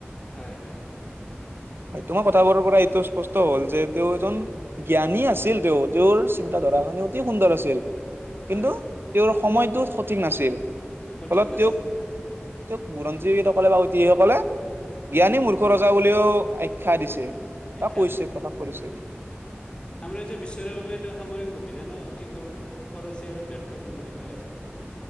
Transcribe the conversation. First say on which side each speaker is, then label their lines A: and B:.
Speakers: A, on the left; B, on the right.
A: হয়, হয়।
B: তোমাৰ কথাবোৰৰ পৰা এইটো স্পষ্ট হ'ল যে তেওঁ এজন জ্ঞানী আছিল তেওঁ, তেওঁৰ চিন্তা ধৰাৰ কাৰনে অতি সুন্দৰ আছিল।
A: হয়
B: কিন্তু তেওঁৰ সময়টো সঠিক নাছিল, ফলত
A: সঠিক নাছিল
B: তেওঁ তেওঁক বুৰঞ্জীবিদসকলে বা ঐতিসাহিক সকলে জ্ঞানী
A: উম
B: মূৰ্খ
A: উম
B: ৰজা বুলিও আখ্যা দিছে,
A: আখ্যা
B: বা কৈছে
A: দিছে
B: প্ৰকাশ কৰিছে।
A: সাম্ৰাজ্য বিশ্বাসৰ বাবে এই তেওঁটো সামৰিক অভিযানো অতি খৰ খৰচী আৰু ব্যৰ্থ প্ৰমাণিত হৈছে।